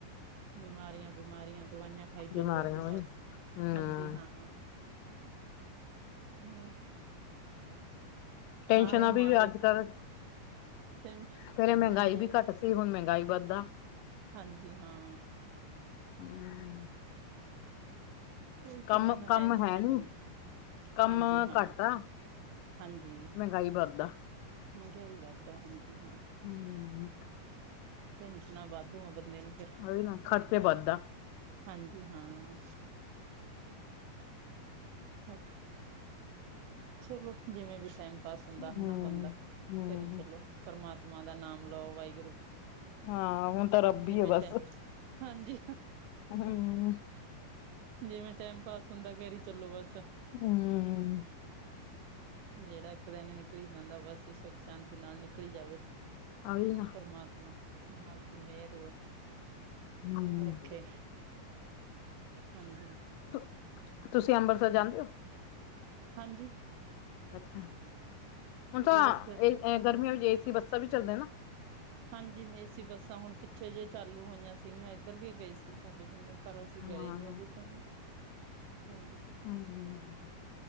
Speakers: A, on the right; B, on the left.
A: ਬਿਮਾਰੀਆਂ ਬਿਮਾਰੀਆਂ ਦਵਾਈਆਂ ਖਾਈ
B: ਬਿਮਾਰੀਆਂ
A: ਚਲੋ ਤੇ
B: ਉਹੀ
A: ਬਸ
B: ਹਮ
A: ਹਾਂਜੀ ਹਾਂ ਹੋਰ
B: ਟੈਂਨਸ਼ਨਾਂ
A: ਆਇਓ ਮਾਰ
B: ਵੀ ਅੱਜ
A: ਅੱਗੇ
B: ਕੱਲ੍ਹ
A: ਟੈਂਸ਼
B: ਫੇਿਰ ਇਹ ਮਹਿੰਗਾਈ
A: ਹਾਂਜੀ
B: ਵੀ ਘੱਟ ਸੀ ਹੁਣ ਮਹਿੰਗਾਈ ਵੱਧਦਾ
A: ਹਾਂਜੀ ਹਾਂ
B: ਹਮ
A: ਕੋਈ
B: ਕੰਮ
A: ਤਾਂ ਹੈ ਨਾ
B: ਕੰਮ
A: ਟੈਨਸ਼ਨਾਂ
B: ਹੈ ਨੀ
A: ਬੰਦਾ
B: ਕੰਮ
A: ਹਾਂਜੀ ਹਾਂ
B: ਘੱਟ ਆ
A: ਹਾਂਜੀ
B: ਮਹਿੰਗਾਈ ਵੱਧਦਾ
A: ਮਹਿੰਗਾਈ ਵੱਧ ਆ ਹਾਂਜੀ
B: ਹਮ
A: ਟਨਸ਼ਨਾਂ ਵਾਧੂ ਬੰਦੇ ਨੂੰ ਫੇਰ
B: ਉਹ ਵੀ ਨਾ ਖਰਚੇ ਵੱਧਦਾ
A: ਹਾਂਜੀ ਹਾਂ ਹਮ ਚਲੋ ਜਿਵੇਂ ਵੀ ਟਾਈਮ ਪਾਸ ਹੁੰਦਾ
B: ਹਮ
A: ਹਨਾ ਬੰਦਾ
B: ਹਮ
A: ਕਰੀ ਚਲੋ ਪਰਮਾਤਮਾ ਦਾ ਨਾਮ ਲਓ ਵਾਹਿਗੁਰੂ
B: ਹਾਂ ਹੁਣ ਤਾਂ ਰੱਬ
A: ਜਿਵੇਂ
B: ਹੀ ਆ ਬਸ
A: ਟੈ ਹਾਂਜੀ
B: ਹਮ
A: ਜਿਵੇਂ ਟਾਈਮ ਪਾਸ ਹੁੰਦਾ ਕਰ ਹੀ ਚੱਲੋ ਬਸ।
B: ਹਮ
A: ਜਿਹੜਾ ਇੱਕ ਦਿਨ ਨਿਕਲੀ ਜਾਂਦਾ ਬਸ ਸੁੱਖ ਸ਼ਾਂਤੀ ਨਾਲ ਨਿਕਲੀ ਜਾਵੇ।
B: ਉਹੀ ਨਾ
A: ਪਰਮਾਤਮਾ ਆਪ ਆਪ ਦੀ ਮਿਹਰ।
B: ਹਮ
A: ਰੱਖੇ ਹਾਂਜੀ
B: ਤੁ ਤੁਸੀਂ ਅੰਬਰਸਰ ਜਾਂਦੇ ਹੋ?
A: ਹਾਂਜੀ।
B: ਅੱਛਾ, ਹੁਣ ਤਾਂ
A: ਥੋੜ੍ਹੇ 'ਚ
B: ਗਰਮੀਆਂ ਵਿੱਚ ਏਸੀ ਬੱਸਾਂ ਵੀ ਚੱਲਦੇ ਨਾ।
A: ਹਾਂਜੀ, ਏਸੀ ਬੱਸਾਂ ਹੁਣ ਪਿੱਛੇ ਜੇ ਚਾਲੂ ਹੋਈਆਂ ਸੀਆਂ ਐਧਰ ਵੀ ਗਏ ਸੀ ਸਾਡੇ ਪਿੰਡੋ। ਪਰ ਅਸੀਂ
B: ਹਾਂ
A: ਗਏ ਨੀ ਔਦੇ ਚੋ ਵੀ, ਹਾਂਜੀ।
B: ਹਾਏ ਰਬਾ।